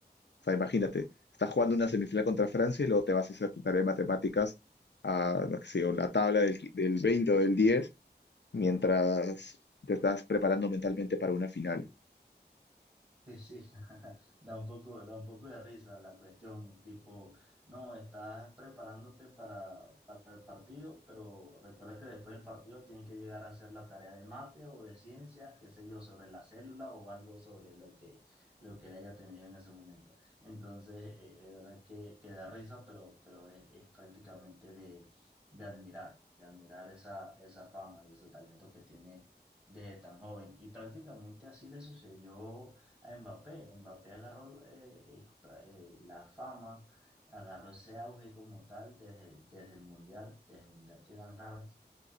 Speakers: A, on the left; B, in the centre.
A: O sea, imagínate, estás jugando una semifinal contra Francia y luego te vas a hacer tu tarea de matemáticas a, no sé, o la tabla del, qui- del 20 o del 10 mientras te estás preparando mentalmente para una final.
B: Sí, sí, <laughs> da un poco, da un poco de risa la cuestión, tipo, no, estás preparándote para, para el partido, pero recuerda que después del partido tienen que llegar a hacer la tarea de mate o de ciencias, qué sé yo, sobre la célula o algo sobre lo que, lo que le haya tenido en ese momento. Entonces, eh, de verdad que, que da risa, pero, pero es, es prácticamente de, de admirar, de admirar esa, esa fama y ese talento que tiene desde tan joven. Y prácticamente así le sucedió a Mbappé. Mbappé agarró eh, eh, pra- eh, la fama, agarró ese auge como tal desde, el- desde el Mundial, desde el Mundial que ganaron.